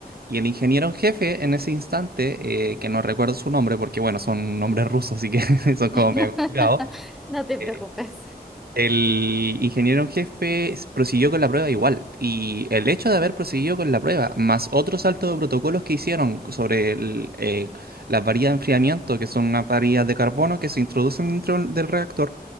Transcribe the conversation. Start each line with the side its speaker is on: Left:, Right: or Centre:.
Right: Y el ingeniero en jefe en ese instante, eh, que no recuerdo su nombre porque bueno, son nombres rusos, así que <laughs> son como
Centre: <laughs>
Right: medio complicados
Centre: no te preocupes.
Right: eh, el ingeniero en jefe s- prosiguió con la prueba igual, y el hecho de haber proseguido con la prueba, más otros saltos de protocolos que hicieron sobre el, eh, las varillas de enfriamiento, que son unas varillas de carbono que se introducen dentro del del reactor,